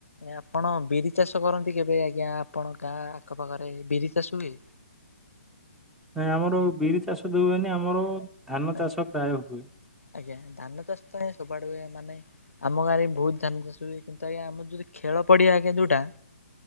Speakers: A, on the left; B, in the centre.
A: ଆପଣ ବିରି ଚାଷ କରନ୍ତି କେବେ ଆଜ୍ଞା ଆପଣ ଗାଁ ଆଖପାଖରେ ବିରି ଚାଷ ହୁଏ?
B: ନାଇଁ ଆମର ବିରି ଚାଷ ଦଉଏନି ଆମର ଧାନ
A: ଆଜ୍ଞା।
B: ଚାଷ ପ୍ରାୟ ହୁଏ।
A: ଆଜ୍ଞା ଧାନ ଚାଷ ତ ଆଜ୍ଞା ସବୁଆଡେ ହୁଏ ମାନେ ଆମ ଗାଁରେ ବି ବହୁତ ଧ୍ୟାନ ଚାଷ ହୁଏ କିନ୍ତୁ ଆଜ୍ଞା ଆମର ଯଦି ଖେଳ ପଡିଆ ଆଜ୍ଞା ଯୋଉଟା